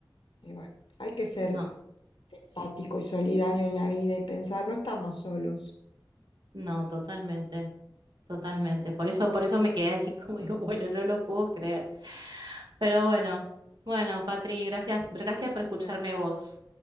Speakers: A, on the left; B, on the right.
A: Y bueno, hay que ser
B: no,
A: empático
B: sí,
A: y solidario en la vida y pensar, no estamos solos.
B: no, totalmente, totalmente. Por eso, por eso me quedé así como digo, bueno, no lo puedo creer. Pero bueno, bueno, Patri, gracias, gracias
A: ¿Qué
B: por
A: va
B: escucharme
A: a ser?
B: vos.